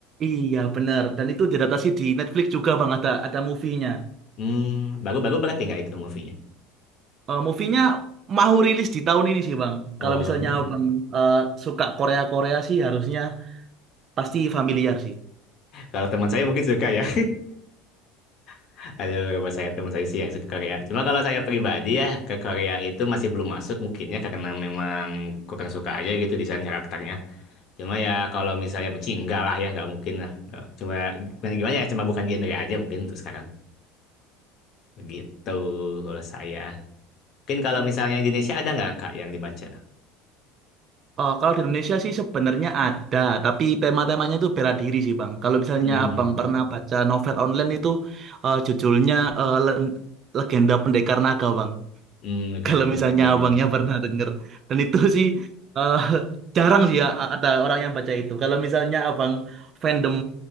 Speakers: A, on the right; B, on the left.
A: Iya benar dan itu diadaptasi di Netflix juga Bang ada ada movie-nya.
B: Hmm, baru-baru berarti nggak itu movie-nya?
A: Eh movie-nya mau rilis di tahun ini sih Bang.
B: Oh,
A: Kalau misalnya
B: ini.
A: Bang eh, suka Korea-Korea sih harusnya pasti familiar sih.
B: Kalau teman saya mungkin suka ya. <laughs> Ada beberapa saya teman saya sih yang suka Korea. Cuma kalau saya pribadi ya, ke Korea itu masih belum masuk mungkinnya karena memang kurang suka aja gitu desain karakternya. Cuma ya kalau misalnya benci, enggak lah ya, nggak mungkin lah. Nggak. Cuma gimana, gimana ya, cuma bukan genre aja mungkin untuk sekarang. Begitu kalau saya. Mungkin kalau misalnya Indonesia ada nggak Kak yang dibaca?
A: Eh kalau di Indonesia sih sebenarnya ada tapi tema-temanya itu bela diri sih Bang. Kalau misalnya
B: Hmm,
A: Abang pernah baca novel online itu eh, judulnya eh, Len- Legenda Pendekar Naga Bang.
B: hmm mungkin
A: Kalau
B: ada pendekar
A: misalnya abangnya
B: naga.
A: pernah denger. Dan itu sih eh, jarang sih ya ada orang yang baca itu. Kalau misalnya abang fandom